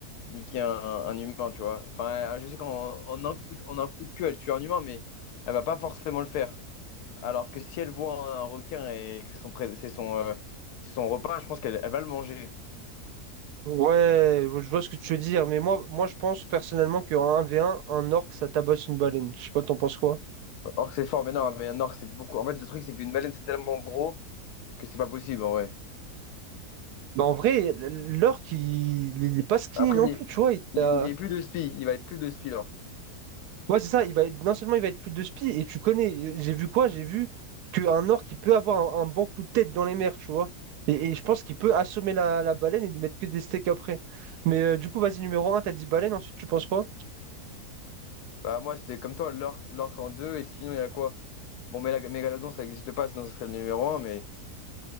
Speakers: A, on the left (about 80°); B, on the right (about 85°).
A: niquer un, un humain, tu vois. Enfin, je sais qu'en en un coup de, en un coup de queue, elle tue un humain, mais elle va pas forcément le faire. Alors que si elle voit un requin et que c'est son, pré- c'est son, euh, c'est son repas, je pense qu'elle elle va le manger.
B: Ouais, je vois ce que tu veux dire, mais moi, moi je pense personnellement qu'en un v un, un orque, ça tabasse une baleine. Je sais pas, t'en penses quoi?
A: Orque c'est fort, mais non, mais un orque c'est beaucoup. En fait, le truc c'est qu'une baleine c'est tellement gros que c'est pas possible en vrai.
B: Bah, en vrai, l'orque, il il est pas skinny
A: Après,
B: non
A: il est,
B: plus, tu vois. il
A: il
B: a-
A: est- il est plus de spi, il va être plus de spi l'orque.
B: Ouais, c'est ça, il va être... non seulement il va être plus de spi, et tu connais, j'ai vu quoi? J'ai vu qu'un orque, il peut avoir un, un bon coup de tête dans les mers, tu vois. Et, et je pense qu'il peut assommer la, la baleine et lui mettre que des steaks après. Mais euh, du coup, vas-y, numéro un t'as dit baleine, ensuite tu penses quoi?
A: Bah, moi c'était comme toi, l'orque l'orque en deux, et sinon il y a quoi? Bon, mais la mégalodon ça n'existe pas, sinon ce serait le numéro un, mais.